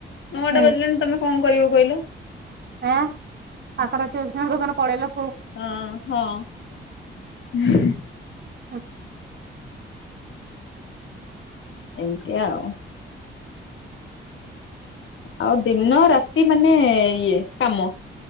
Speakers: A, on the left; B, on the right.
A: ନଅଟା
B: ହୁଁ
A: ବାଜିଲାଣି ତମେ କଣ କରିବ କହିଲ।
B: ହଁ ପାଖରେ ଅଛି ବୋଲି ସିନା ଦୋକାନ ପଳେଇଲୁ।
A: ହଁ ହଁ ହୁଁ।
B: ହୁଁ
A: ଏମିତି ଆଉ। ଆଉ ଦିଇନ ରାତି ମାନେ ଇଏ କାମ